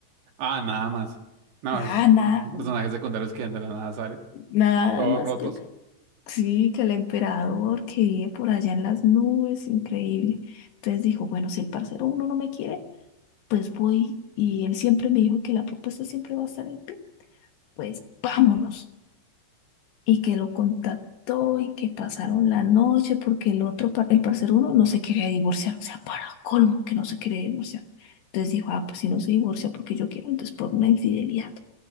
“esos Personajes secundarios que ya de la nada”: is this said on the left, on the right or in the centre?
Right